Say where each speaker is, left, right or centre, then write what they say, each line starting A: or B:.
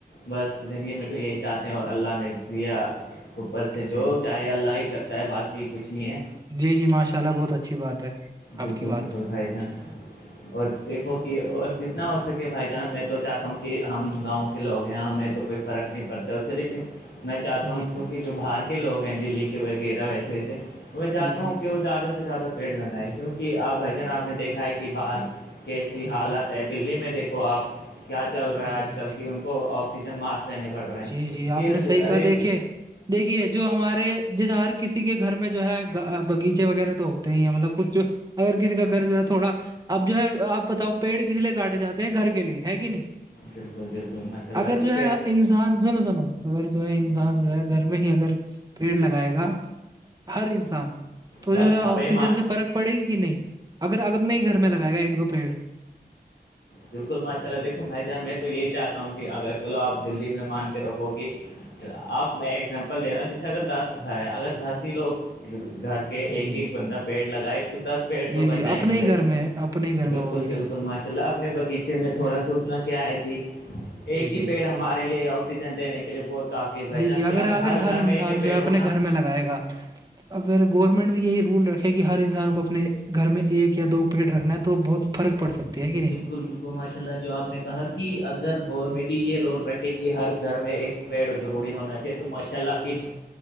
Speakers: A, on the left (about 90°); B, on the right (about 25°).
A: بس زندگی میں تو یہی چاہتے ہیں اور اللہ نے تویا اوپر سے
B: جی
A: جو
B: جی
A: چاہے اللہ ہی کرتا ہے باقی کچھ نہیں ہے
B: جی جی ماشاء اللہ بہت اچھی بات ہے
A: بالکل
B: آپ کی بات
A: بالکل بھائی جان اور دیکھو کہ اور جتنا ہو سکے بھائی جان میں تو چاہتا ہوں کہ ہم گاؤں کے لوگ ہیں ہمیں تو کوئی فرق نہیں پڑتا ہے اس سے لیکن میں چاہتا
B: جی
A: ہوں اس کہ جو باہر کے لوگ ہیں دلی کے وغیرہ ویسے میں چاہتا
B: جی جی
A: ہوں کہ وہ زیادہ سے زیادہ پیڑ لگائے کیوںکہ آپ بھائی جان آپ نے دیکھا ہے کہ باہر کیسی
B: جی
A: حالت
B: جی
A: ہے دلی میں دیکھو آپ کیا چل رہا ہے
B: جی
A: آج
B: جی
A: کل کی ان کو آکسیجن ماسک لینے پڑ رہے ہیں
B: جی جی
A: کہ
B: آپ نے صحیح کہا
A: ریز
B: دیکھیے دیکھیے جو ہمارے جس ہر کسی کسی کے گھر میں جو ہے باغیچے وغیرہ تو ہوتے ہی ہیں مطلب کچھ جو اگر کسی کا گھر جو ہے تھوڑا اب جو ہے آپ بتاؤ پیڑ کس لیے کاٹے جاتے ہیں گھر کے لیے ہے گ نہیں
A: نہیں بالکل بالکل ماشاء اللہ
B: اگر
A: کہ
B: جو ہے انسان سنو سنو اگر جو ہے انسان جو ہے گھر میں ہی اگر پیڑ لگائے گا ہر انسان تو
A: بس
B: جو ہے
A: کھپائی
B: آکسیجن سے فرق پڑے گی نہیں اگر اگرب نہیں گھر میں لگائے گا ایک دو پیڑ
A: بالکل ماشاء اللہ دیکھو بھائی جان میں تو یہی چاہتا ہوں کہ اگر چلو آپ دی میں مان کے رکھو کہ آپ میں ایگزامپل دے رہا ہوں جیسے اگر دس گھر ہیں اگر دس ہی لوگ گھر کے کے
B: جی
A: ایک
B: جی
A: ایک بندہ پیڑ لگائے تو دس پیڑ تو
B: جی
A: بن
B: جی
A: جائیں
B: اپنے
A: گے بھائی
B: ہی گھر
A: جان
B: میں اپنے ہی گھر
A: بالکل
B: میں وہ بھی
A: بالکل ماشاء اللہ اپنے بغیچے میں تھوڑا
B: جی
A: سا اتنا کیا ہے کہ
B: جی
A: ایک
B: جی
A: ہی پیڑ ہمارے لیے آکسیجن دینے کے لیے بہت کافی ہے بھائی
B: جی
A: جان
B: جی اگر
A: کہ
B: آگر ہر
A: گھر
B: انسان
A: میں ایک ایک پیڑ
B: جو ہے اپنے
A: ہو نا
B: گھر میں لگائے گا اگر گورنمنٹ بھی یہی رول رکھے کہ ہر انسان کو اپنے گھر میں ایک یا دو پیٹ رکھنا ہے تو بہت فرق پڑ سکتی ہے کہ نہیں
A: بالکل بالکل کو ماشاء اللہ جو آپ نے کہا کہ اگر گورنمنٹ ہی یہ رول رکھے کہ ہر گھر میں ایک پیڑ ضوری ہونا چاہیے تو ماشاء اللہ کی
B: جی